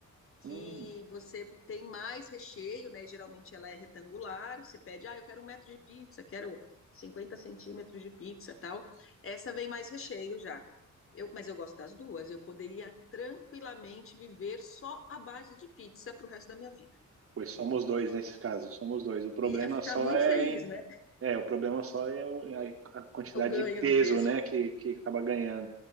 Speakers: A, on the right (about 45°); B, on the left (about 45°).
A: Hum.
B: que você tem mais recheio, né? E Geralmente ela é retangular. Você pede, ah, eu quero um metro de pizza, quero 50 centímetros de pizza, tal. Essa vem mais recheio já. Eu, mas eu gosto das duas. Eu poderia tranquilamente viver só à base de pizza para o resto da minha vida.
A: Pois somos dois nesse caso, somos dois. O problema
B: E ia ficar
A: só
B: muito
A: é,
B: feliz,
A: em-
B: né?
A: é, o problema só é o- é a a quantidade
B: O ganho
A: de peso,
B: do peso.
A: né, que, que acaba ganhando.